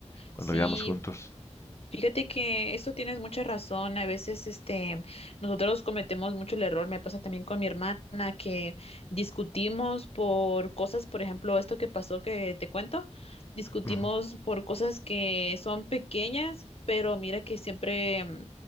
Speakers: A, on the left (about 25°); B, on the left (about 55°).
A: cuando
B: Sí,
A: vivíamos juntos.
B: Fíjate que esto tienes mucha razón. A veces, este, nosotros cometemos mucho el error. Me pasa también con mi hermana que discutimos por cosas, por ejemplo, esto que pasó que te cuento, discutimos
A: Ujú.
B: por cosas que son pequeñas, pero mira que siempre mm,